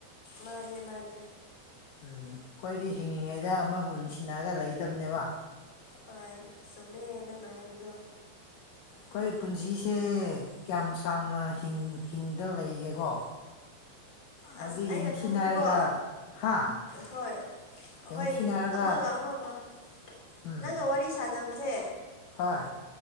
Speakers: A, on the left; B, on the left.
A: ꯃꯥꯅꯦ ꯃꯥꯅꯦ
B: ꯎꯝ ꯑꯩꯈꯣꯏꯗꯤ ꯍꯤꯡꯉꯤꯉꯩꯗ ꯑꯃꯕꯨ ꯅꯨꯡꯁꯤꯅꯔꯒ ꯂꯩꯗꯝꯕꯅꯦꯕ
A: ꯍꯣꯏ ꯆꯨꯝꯃꯦ ꯅꯪꯅ ꯍꯥꯏꯕꯗꯣ
B: ꯑꯩꯈꯣꯏ ꯄꯨꯟꯁꯤꯁꯦ ꯀꯌꯥꯝ ꯁꯥꯡꯅ ꯍꯤꯡꯗꯕ ꯂꯩꯒꯦꯀꯣ ꯍꯧꯖꯤꯛ
A: ꯑꯁ ꯑꯩꯅ
B: ꯌꯦꯡꯊꯤꯅꯔꯒ
A: ꯈꯪꯕꯗꯤꯕꯣ
B: ꯍꯥ
A: ꯍꯣꯏ
B: ꯌꯦꯡꯊꯤꯅꯔꯒ
A: ꯍꯣꯏ ꯑꯃꯒ ꯑꯃꯒ
B: ꯎꯝ
A: ꯅꯪꯒ ꯋꯥꯔꯤ ꯁꯥꯟꯅꯕꯁꯦ
B: ꯍꯣꯏ